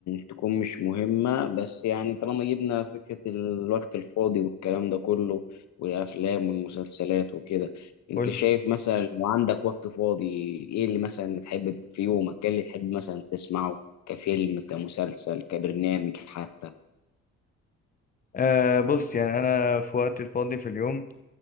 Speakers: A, on the left; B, on the left.
A: تكون مش مهمه بس يعني طالما جبنا فكره الوقت الفاضي والكلام ده كله والافلام والمسلسلات وكده انت
B: قول
A: شايف مثلا لو عندك وقت فاضي ايه اللي مثلا تحب في يومك ايه اللي تحب مثلا تسمعه كفيلم كمسلسل كبرنامج حتى
B: أه بص يعني أنا في وقت الفاضي في اليوم